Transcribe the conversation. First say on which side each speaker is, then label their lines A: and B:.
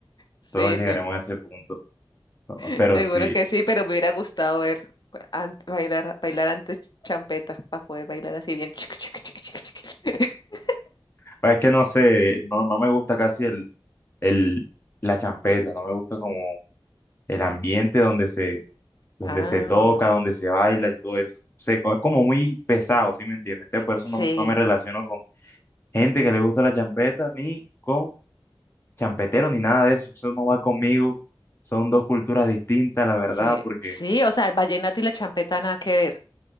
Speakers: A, on the left (about 50°); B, on the left (about 25°).
A: Sí,
B: todos llegaremos
A: sí,
B: a ese punto, ¿no?
A: <laughs>
B: pero
A: seguro
B: sí.
A: que sí, pero me hubiera gustado ver an- bailar, bailar antes champeta para poder bailar así bien. chiqui, chiqui, chiqui, chiqui, chiqui. <laughs>
B: Pues Es que no sé, no, no me gusta casi el, el, la champeta, no me gusta como el ambiente donde se, donde
A: Ah,
B: se toca, donde se baila y todo eso. O co- es como muy pesado, ¿sí me entiendes? Entonces, por eso
A: sí,
B: no, no me relaciono con gente que le gusta la champeta ni con champetero ni nada de eso, eso no va conmigo, son dos culturas distintas, la verdad,
A: sí,
B: porque
A: sí, o sea, el vallenato y la champeta nada que ver.